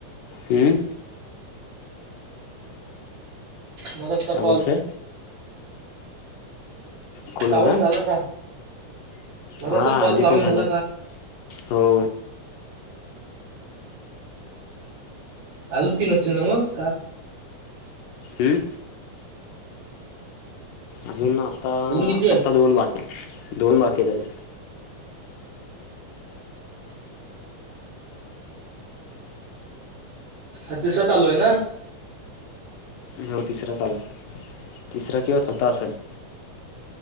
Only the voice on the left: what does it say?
हम्म
काय
बोलतोय कोना
जान
हा
दिस
झाला
हो.
हम्म अजून आता
आता दोन बाकी दोन बाकीे आहेत अजून
हो तिसरा चालू आहे. तिसरा किवा चौथा असेल